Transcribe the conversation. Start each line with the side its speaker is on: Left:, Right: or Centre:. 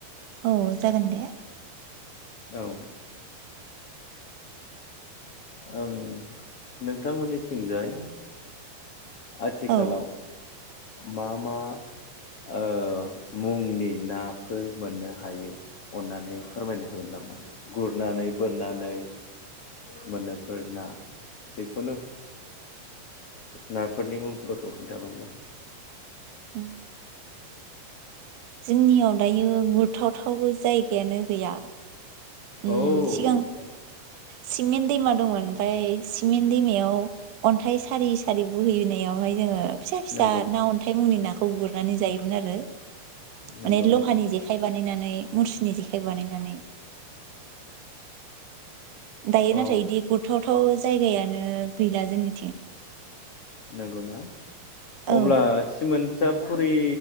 Right: औ जागोन दे।
Left: औ। ओं नोंथांमोननिथिंजाय आथिखालाव
Right: औ
Left: मा मा ओ मुंनि नाफोर मोननो हायो अन्नानै फोरमायनो हागोन नामा गुरनानै बोननानै मोननायफोर ना जिखुनु नाफोरनि मुंफोरखौ खुनथाइ बानलु
Right: उ जोंनियाव दायो गुरथावथाव जायगायानो गैया। उम
Left: औ
Right: सिगां सिमेन्ट दैमा दंमोन ओमफ्राय सिमेन्ट दैमायाव अन्थाइ सारि सारि बोहैनायावहाय जोङो फिसा फिसा
Left: नंगौ
Right: ना अन्थाइ मुंनि नाखौ गुरनानै जायोमोन आरो
Left: नंगौ
Right: माने लहानि
Left: नंगौ
Right: जेखाइ बानायनानै मुरसुनि जेखाइ बानायनानै। दायो
Left: अ
Right: नाथाय इदि गुरथावथाव जायगायानो गैला जोंनिथिं।
Left: नोंगौना
Right: औ
Left: अब्ला सिमोन सापुरि